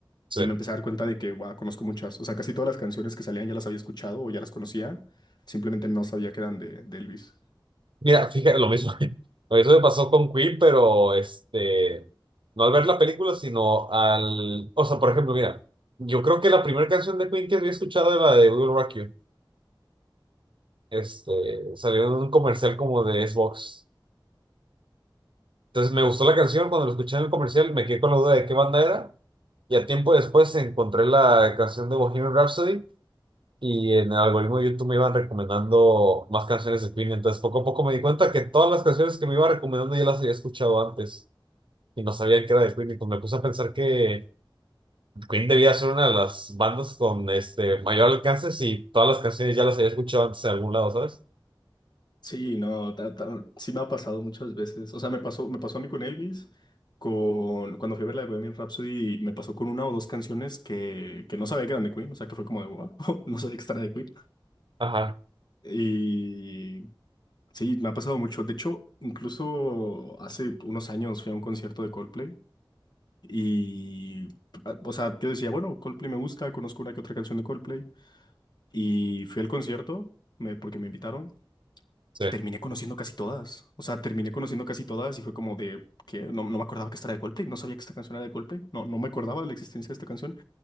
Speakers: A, on the right (about 75°); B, on the left (about 55°).
A: Sí.
B: y me empecé a dar cuenta de que, wow, conozco muchas, o sea, casi todas las canciones que salían ya las había escuchado o ya las conocía, simplemente no sabía que eran de, de Elvis.
A: Mira, fíjate, lo mismo. <laughs> Lo mismo me pasó con Queen, pero este, no al ver la película, sino al. O sea, por ejemplo, mira, yo creo que la primera canción de Queen que había escuchado era la de Will Rock You. Este, salió en un comercial como de Xbox. Entonces me gustó la canción, cuando la escuché en el comercial me quedé con la duda de qué banda era. Y a tiempo después encontré la canción de Bohemian Rhapsody y en el algoritmo de YouTube me iban recomendando más canciones de Queen, entonces poco a poco me di cuenta que todas las canciones que me iba recomendando ya las había escuchado antes y no sabía que era de Queen y pues me puse a pensar que Queen debía ser una de las bandas con este mayor alcance si todas las canciones ya las había escuchado antes en algún lado, ¿sabes?
B: Sí, no, ta- ta- sí me ha pasado muchas veces. O sea, me pasó, me pasó a mí con Elvis, con, cuando fui a ver la de Bohemian Rhapsody, me pasó con una o dos canciones que, que no sabía que eran de Queen, o sea, que fue como de wow, <laughs> no sabía que esta era de Queen.
A: Ajá,
B: Y sí, me ha pasado mucho. De hecho, incluso hace unos años fui a un concierto de Coldplay y, ah, o sea, yo decía, bueno, Coldplay me gusta, conozco una que otra canción de Coldplay y fui al concierto me- porque me invitaron.
A: sí,
B: terminé conociendo casi todas. O sea, terminé conociendo casi todas y fue como de que no, no me acordaba que esta era de Coldplay, no sabía que esta canción era de Coldplay, no, no me acordaba de la existencia de esta canción.